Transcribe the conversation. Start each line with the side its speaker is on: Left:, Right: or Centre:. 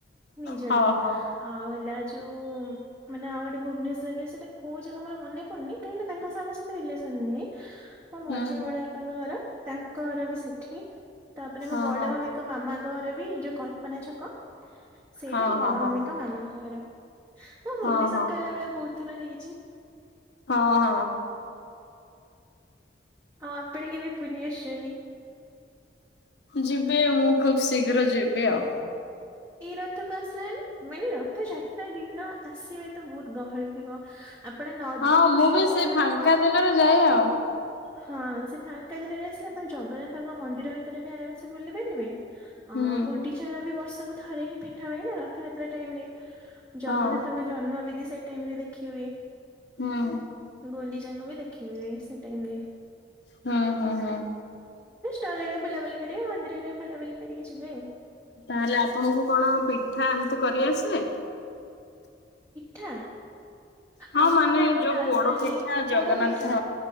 Right: ନିଜର
Left: ହଁ ହଁ
Right: ଆଉ ହେଲା ଯ ଉ-ଉ-ଉ ମାନେ ଆଉ ଗୋଟେ ଭୁବନେଶ୍ୱରରେ ସେଟା କଉ ଜାଗା ମୋର ମନେ ପଡୁନି। କାହିକି ନା ତାଙ୍କ ସହ ଆମ ରିଲେ <unintelligible> ମୋ
Left: ହୁଁ
Right: ମଝିଆ ବଡ ବାପାଙ୍କ ଘର ତାଙ୍କ ଘର ବି ସେଠି। ତାପରେ
Left: ହଁ
Right: ମୋ ବଡ
Left: ହଁ
Right: ମମିଙ୍କ ମାମାଙ୍କ ଘର ବି ଯୋ କଳ୍ପନା ଛକ। ସେଇଠି
Left: ହଁ
Right: ବଡ
Left: ହଁ ହଁ
Right: ମମିଙ୍କ ମାମାଙ୍କ ଘର। ମୁଁ ଭୁବନେଶ୍ଵର
Left: ହଁ ହଁ
Right: କହିଲା ବେଳେ ବହୁତ ଥର ଯାଇ ଚି,
Left: ହଁ ହଁ।
Right: ଆଉ ଆପଣ କେବେ ପୁରୀ ଆସିଛନ୍ତି?
Left: ଯିବେ ମୁଁ ଖୁବ୍ ଶୀଘ୍ର ଯିବି ଆଉ।
Right: ଏଇ ରଥକୁ ଆସିଲାନି, ମାନେ ରଥଯାତ୍ରା ଦିନ ଆସିବେ ତ ବହୁତ ଗହଳି ଥିବ। ଆ ଆପଣ ନଅ
Left: ହଁ
Right: ଦିନ ଯୋଉ
Left: ମୁଁ
Right: ଷ୍ଟଲ
Left: ବି ସେ ଫାଙ୍କା
Right: ରହିବ
Left: ଦିନରେ ଯାଏ ଆଉ
Right: ହଁ ସେ ଫାଙ୍କା ଦିନରେ ଆସିଲେ ଆପଣ ଜଗନ୍ନାଥଙ୍କ ମନ୍ଦିର ଭିତରେ ବି ଆରାମସେ ବୁଲି ପାରିବେ। ଅ
Left: ହୁଁ
Right: ଗୁଣ୍ଡିଚା ର ବି ବର୍ଷକୁ ଥରେ ହିଁ ଫିଟା ହୁଏ ନା ରଥଯାତ୍ରା ଟାଇମ ରେ।
Left: ହଁ
Right: ଜଗନ୍ନାଥଙ୍କ ଜନ୍ମ ବିଧି ସେଇ ଟାଇମ ରେ ଦେଖି ହୁଏ।
Left: ହଁ।
Right: ଗୁଡିଚାକୁ ବି ଦେଖି ହୁଏ ସେଇ ଟାଇମ୍ ରେ।
Left: ହ ହ ହଁ।
Right: ତଳେରେ ବୁଲାବୁଲି କରିବେ ମନ୍ଦିରରେ ବୁଲାବୁଲି କରିକି ଯିବେ ଆଉ।
Left: ତାହେଲେ ଆପଣଙ୍କୁ କଣ ପିଠା ଏମିତି କରିଆସେ?
Right: ଠା
Left: ହଁ
Right: ଆମ
Left: ମାନେ
Right: ଘରେ
Left: ଯୋଉ
Right: ନର୍ମାଲି
Left: ପୋଡ ପିଠା ଜଗନ୍ନାଥ
Right: ପୋଡ ପିଠା